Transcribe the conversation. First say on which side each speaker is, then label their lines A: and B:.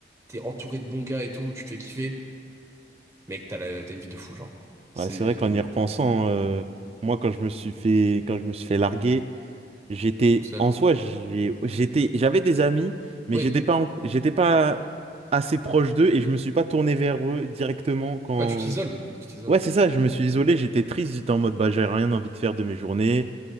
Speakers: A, on the right; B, on the right.
A: t'es entouré de bons gars et tout, tu te fais kiffer, mec, t'as la- t'as une vie de fou, genre. C'est
B: Ouais, c'est vrai qu'en y repensant, euh, moi quand je me suis fait quand je me suis fait larguer J'étais
A: tout seul.
B: en soi, j'ai- j'étais, j'avais des amis, mais
A: Oui.
B: j'étais pas, en- j'étais pas assez proche d'eux et je me suis pas tourné vers eux directement quand.
A: Bah, tu t'isoles. Tu t'isoles.
B: Ouais, c'est ça, je me suis isolé, j'étais triste, j'étais en mode bah j'ai rien envie de faire de mes journées.